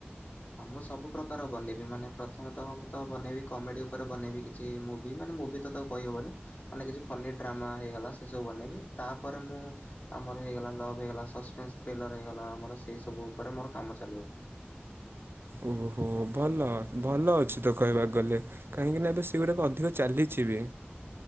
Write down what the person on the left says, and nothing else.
ହଁ ମୁଁ ସବୁ ପ୍ରକାର ବନେଇବି ମାନେ ପ୍ରଥମେ ତଃ ମୁଁ ତ ବନେଇବି କମେଡି ଉପରେ ବନେଇବି କିଛି ମୁଭି, ମାନେ ମୁଭି ତ ତାକୁ କହିହବନି। ମାନେ କିଛି ଫନି ଡ୍ରାମା ହେଇଗଲା ସେ ସବୁ ବନେଇବି, ତାପରେ ମୁଁ ଆମର ହେଇଗଲା ଲଭ୍ ହେଇଗଲା, ସସ୍ପେନ୍ସ ଥ୍ରୀଲର ହେଇଗଲା ଆମର ସେଇ ସବୁ ଉପରେ ମୋର କାମ ଚାଲିବ।